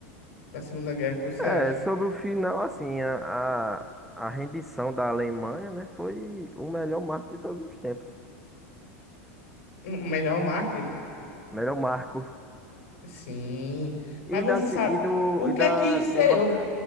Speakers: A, on the left; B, in the centre.
A: da Segunda Guerra, o que você
B: É,
A: acha?
B: sobre o final, assim, a, a, a rendição da Alemanha, né, foi o melhor marco de todos os tempos.
A: O melhor Marte?
B: Melhor marco.
A: Sim. Mas
B: E da,
A: você
B: ci-
A: sabe,
B: e do,
A: o
B: e
A: que
B: da
A: é que encerrou,
B: bomba,